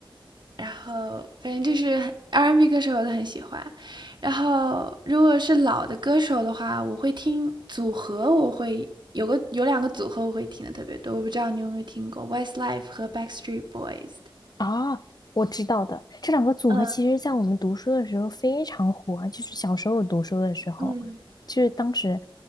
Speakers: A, on the right; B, on the left.
A: 然后反正就是 R&B n 歌手我都很喜欢。然后如果是老的歌手的话，我会听组合，我会有个有两个组合我会听的特别多，我不知道你有没有听过 Westlife 和 Backstreet Boys 的。
B: 啊，我知道的，这两个组合其实在我们读书的时候非常火，
A: 嗯
B: 啊，就是小时候读书的时候，
A: 嗯，
B: 就是当时，